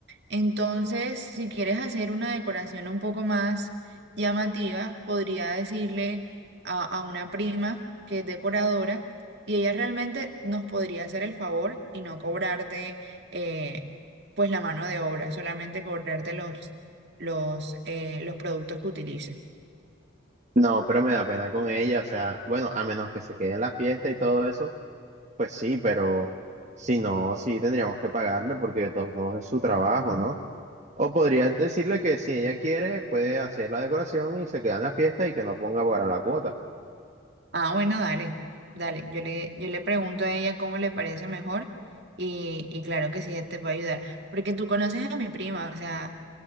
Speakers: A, on the right; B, on the right.
A: Entonces, si quieres hacer una decoración un poco más llamativa, podría decirle a, a una prima que es decoradora y ella realmente nos podría hacer el favor y no cobrarte eh, pues la mano de obra, solamente cobrarte los, los, eh, los productos que utilice.
B: No, pero me da pena con ella, o sea, bueno, a menos que se quede en la fiesta y todo eso, pues sí, pero si no, sí tendríamos que pagarle porque de todos modos es su trabajo, ¿no? O podrías decirle que si ella quiere, puede hacer la decoración y se queda en la fiesta y que no ponga para la cuota.
A: Ah, bueno, dale, dale. Yo le, yo le pregunto a ella cómo le parece mejor y, y claro que sí, ella te puede ayudar. Porque tú conoces a mi prima, o sea...